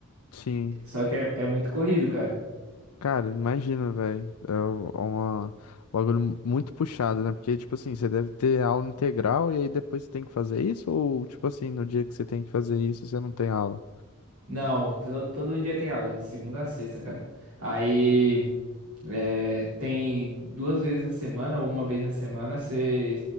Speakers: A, on the left (about 85°); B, on the right (about 85°).
A: sim.
B: Só que é é muito corrido, cara.
A: Cara, imagina, velho. É u- uma, um bagulho mu- muito puxado, né? Porque, tipo assim, você deve ter aula integral e aí depois você tem que fazer isso? Ou, tipo assim, no dia que você tem que fazer isso, você não tem aula?
B: Não, to- todo dia tem aula, de segunda a sexta, cara. Aí é, tem duas vezes na semana, ou uma vez na semana, você